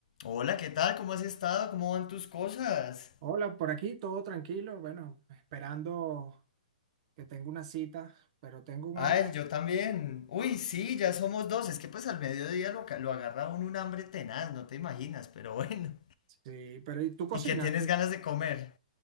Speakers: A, on the left; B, on the right.
A: Hola, ¿qué tal? ¿Cómo has estado? ¿Cómo van tus cosas?
B: Hola, por aquí todo tranquilo, bueno, esperando que tengo una cita, pero tengo un
A: Ay,
B: hambre.
A: yo también. Uy, sí, ya somos dos. Es que pues al mediodía lo, ca- lo agarra uno un hambre tenaz, no te imaginas, pero <laughs> bueno.
B: Sí, pero ¿y tú cocinas?
A: ¿Y qué tienes
B: ¿Tú-
A: ganas de comer?